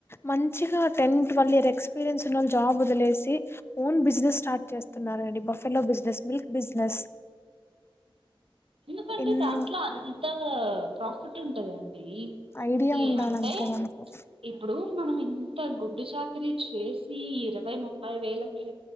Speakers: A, on the left; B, on the right.
A: మంచిగా టెన్త్ వాళ్ళు ఎక్స్పీరియన్స్ ఉన్నళ్ జాబ్ వదిలేసి ఓన్ బిజినెస్ స్టార్ట్ చేస్తున్నార్ రండి బఫెలో బిజినెస్ మీల్క్ బిజినెస్
B: కంటే
A: ఎన్నో
B: దాంట్లో అంత ప్రాఫిట్ ఉంటదండి
A: ఐడియా
B: ఈ
A: ఉండాలంతే
B: అంటే
A: మనకు
B: ఇప్పుడు మనం ఇంత గుడ్డు చాకిరీ చేస్ సి ఇరవై ముప్పై వేలకి